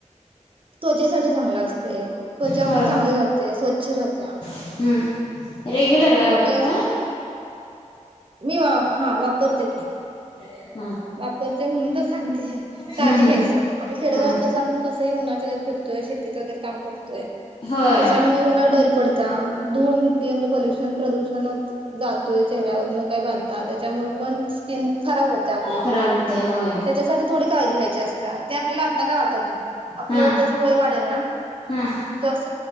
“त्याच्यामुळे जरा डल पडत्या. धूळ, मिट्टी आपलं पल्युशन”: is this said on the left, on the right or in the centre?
Right